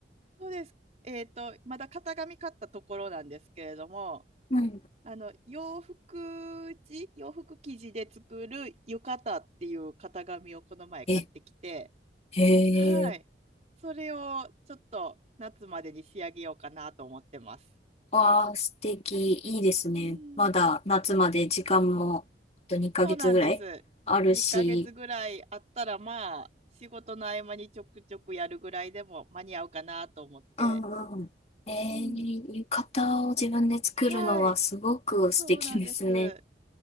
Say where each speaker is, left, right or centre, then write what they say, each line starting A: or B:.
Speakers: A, on the right (about 40°); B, on the left (about 35°).
A: そうです。えっと、まだ型紙買ったところなんですけれども、
B: うん。
A: あの洋服地洋服生地で作る浴衣っていう型紙をこの前買ってきて、
B: え、へ
A: はい、
B: え。
A: それをちょっと夏までに仕上げようかなと思ってます。
B: わあ、素敵。いいですね。
A: うん、
B: まだ夏まで時間もあと2ヶ月ぐらいあるし。
A: あそうなんです。2ヶ月ぐらいあったらまあ仕事の合間にちょくちょくやるぐらいでも間に合うかなと思って。
B: うんうん。えー、
A: うん、
B: 浴衣を自分で作るのはすごく素敵ですね。
A: やっぱ、はい、そうなんです。